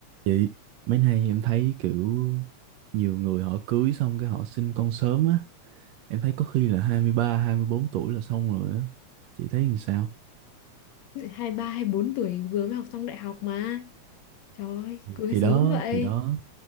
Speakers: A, on the right; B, on the left.
A: Chị, mấy nay em thấy kiểu nhiều người họ cưới xong cái họ sinh con sớm á, em thấy có khi là hai hai mươi ba hai mươi bốn tuổi là xong rồi á. Chị thấy làm sao?
B: hai ba hai bốn tuổi vừa mới học xong đại học mà trời ơi
A: Thì
B: cưới
A: thì
B: sớm
A: đó,
B: vậy
A: thì đó,